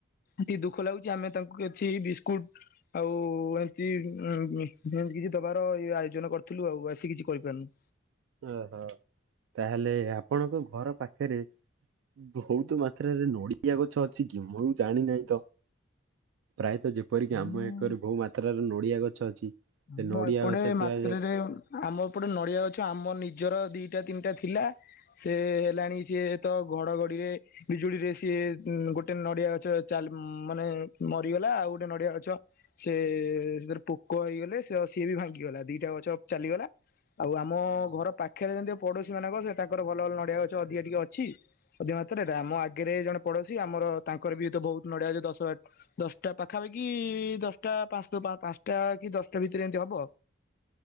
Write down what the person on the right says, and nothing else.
ଓହୋ, ତାହେଲେ ଆପଣଙ୍କ ଘର ପାଖେରେ ବହୁତ ମାତ୍ରାରେ ନଡ଼ିଆ ଗଛ ଅଛି କି ମୁଁ ଜାଣିନାହିଁ ତ? ପ୍ରାୟତଃ ଯେପରିକି ଆମ
ଏକରେ ବହୁ ମାତ୍ରାରେ ନଡିଆ ଗଛ ଅଛି। ସେ
ନଡିଆ
ଗଛ ଥିବା